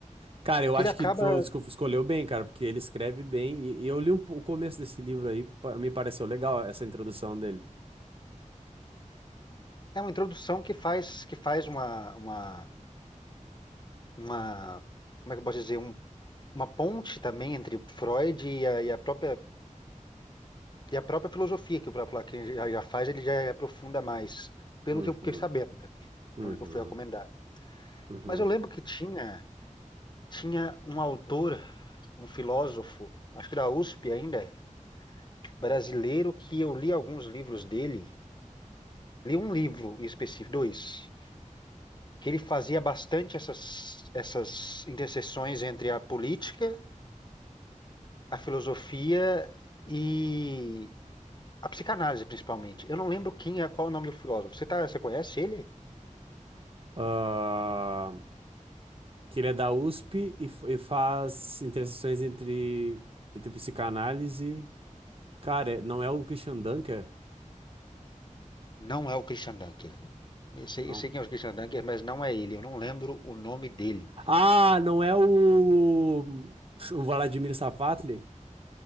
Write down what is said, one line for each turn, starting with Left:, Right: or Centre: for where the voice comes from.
Right: Cara, eu
Left: Que
Right: acho
Left: ele acaba.
Right: que tu esco- escolheu bem, cara, porque ele escreve bem. E, e eu li um, po- o começo desse livro aí, pa- me pareceu legal essa introdução dele.
Left: É uma introdução que faz, que faz uma, uma, uma. Como é que eu posso dizer? Um- uma ponte também entre Freud e a, e a própria, e a própria filosofia que o próprio Lacan já, já faz, ele já é aprofunda mais, pelo
Right: Uhum.
Left: que eu fiquei sabendo, né?
Right: Uhum,
Left: Por onde que eu fui recomendado.
Right: uhum.
Left: Mas eu lembro que tinha, tinha um autor, um filósofo, acho que da USP ainda, brasileiro, que eu li alguns livros dele. Li um livro em específico, dois. que ele fazia bastante essas, essas interseções entre a política, a filosofia e a psicanálise, principalmente. Eu não lembro quem é, qual é o nome do filósofo. Você, tá, você conhece ele?
Right: Ah, que ele é da USP e, f- e faz interseções entre, entre psicanálise. Cara, é- não é o Christian Dunker?
Left: Não é o Christian Dunker. Eu sei,
Right: Não.
Left: eu sei quem é o Christian Dunker, mas não é ele. Eu não lembro o nome dele.
Right: Ah, não é o, o Vladimir Safatli?